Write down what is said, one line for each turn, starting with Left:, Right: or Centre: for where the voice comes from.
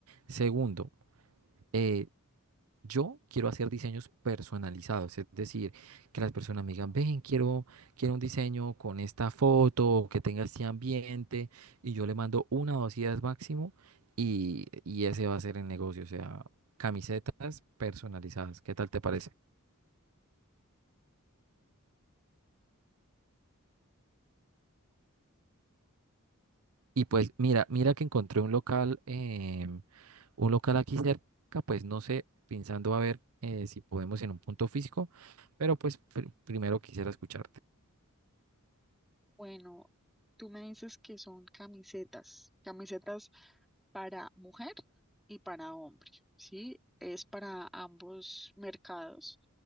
Right: Segundo, eh, yo quiero hacer diseños personalizados, es decir, que las personas me digan, ven, quiero, quiero un diseño con esta foto, que tenga este ambiente, y yo le mando una o dos ideas máximo, y, y ese va a ser el negocio, o sea, camisetas personalizadas, ¿qué tal te parece? Y pues mira, mira que encontré un local, em, un local aquí cerca, pues no sé, pensando a ver eh, si podemos en un punto físico, pero pues pr- primero quisiera escucharte.
Centre: Bueno, tú me dices que son camisetas, camisetas para mujer y para hombre, ¿sí? Es para ambos mercados.